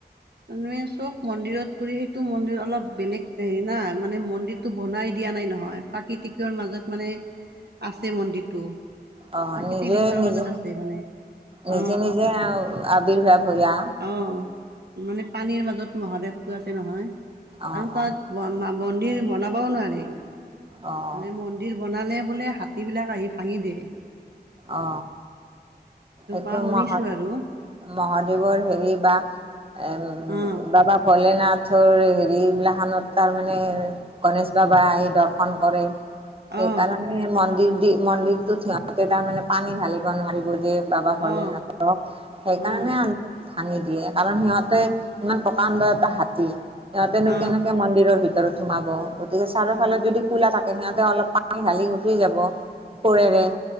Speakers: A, on the right; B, on the right.
A: মানুহে চব মন্দিৰত কৰি সেইটো মন্দিৰ অলপ বেলেগ হেৰি না মানে মন্দিৰ টো বনাই দিয়া নাই নহয় প্ৰাকৃতিকৰৰ মাজত মানে আছে মন্দিৰটো।
B: অ',
A: প্ৰাকৃতিক
B: নিজে
A: বিশ্বৰ
B: নিজে
A: মাজত আছে মানে।
B: নিজে
A: অ
B: নিজে আও আৱিৰ্ভাৱ ভূঞা।
A: অঁহ মানে পানীৰ মাজত মহাদেৱটো আছে নহয়
B: অ',
A: আৰু
B: অ',
A: তাত বন বন্দিৰ বনাবও নোৱাৰিল।
B: অ',
A: মানে মন্দিৰ বনালে বোলে হাতীবিলাক আহি ভাঙি দিয়ে।
B: অ এইটো
A: কোৱা শুনিছোঁ
B: মাহত
A: আৰু
B: মহাদেৱৰ হেৰি বা এম
A: অ অ
B: বাবা ভলেনাথৰ হেৰি এইবিলাখানত তাৰমানে গণেশ বাবা আহি দৰ্শন কৰে। সেইকাৰণে
A: অ
B: মন্দিৰ দি মন্দিৰতটোত সিহঁতে তাৰমানে পানী ঢালিব নোৱাৰিব যে বাবা ভলেনাথক,
A: অ
B: সেইকাৰণে
A: অ
B: ভাঙি দিয়ে কাৰণ সিহঁতে ইমান প্ৰকাণ্ড এটা হাতী। সিহঁতেনো
A: অ
B: কেনেকে মন্দিৰৰ ভিতৰত সোমাব, গতিকে চাৰৰ
A: অ
B: ফালত যদি কো'লা থাকে সিহঁতে অলপমান ঢালি গুচি যাব কোৰেৰে।
A: অ